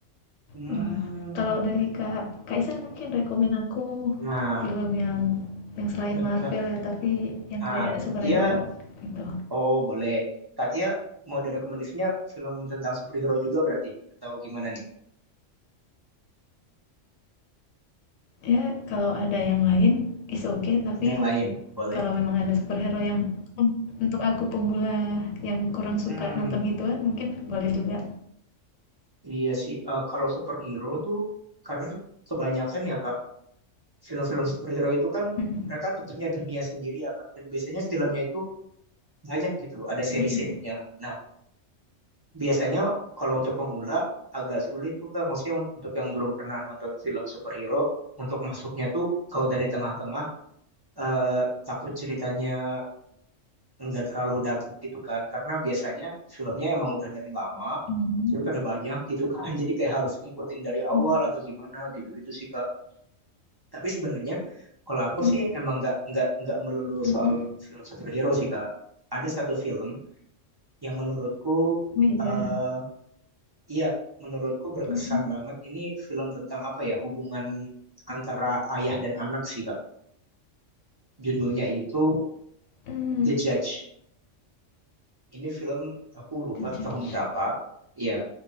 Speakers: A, on the right; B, on the left.
A: hmm.
B: Wah, kalau dari Kak Kaisan mungkin rekomen aku
A: nah
B: film yang yang selain
A: ke,
B: Marvel
A: ke,
B: ya, tapi yang
A: ah
B: kayak
A: Katia
B: superhero gitu.
A: oh boleh Katia mau direkomendasinya film tentang superhero juga berarti atau gimana nih
B: Ya, kalau ada yang lain is okay, tapi
A: ada yang lain boleh
B: kalau memang ada superhero yang un- untuk aku pemula yang kurang
A: hmm
B: suka nonton gituan, mungkin boleh juga.
A: iya sih Eh, kalau superhero tuh karena kebanyakan ya kak film-film superhero itu kan
B: Mm-mm.
A: mereka tuh punya dunia sendiri ya kak dan biasanya filmnya itu banyak gitu, ada seri-serinya.
B: Mm-mm.
A: Nah, biasanya kalau untuk pemula agak sulit tuh Kak, maksudnya un- untuk yang belum pernah nonton film superhero, untuk masuknya tuh kalau dari tengah-tengah eh, takut ceritanya nggak terlalu dapet gitu kan, karena biasanya filmnya emang udah dari lama,
B: Mm-mm.
A: terus ada banyak gitu kan, <laughs> jadi kayak harus ngikutin dari awal
B: Mm-mm.
A: atau gimana gitu-gitu sih Kak. Tapi sebenarnya kalau aku
B: Mm-mm.
A: sih emang nggak nggak nggak melulu
B: Mm-mm.
A: soal film superhero sih Kak. Ada satu film yang menurutku
B: Iya,
A: eh iya menurutku berkesan
B: Mhm,
A: banget ini film tentang apa ya hubungan antara ayah dan anak sih Kak judulnya itu
B: mmm,
A: The Judge ini film aku lupa
B: The Judge.
A: tahun berapa Iya